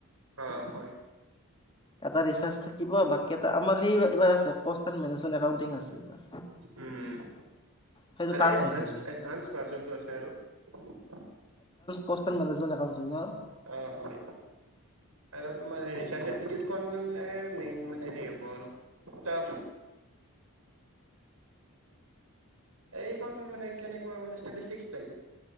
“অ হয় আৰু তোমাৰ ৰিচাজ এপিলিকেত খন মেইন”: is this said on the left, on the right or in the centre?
Right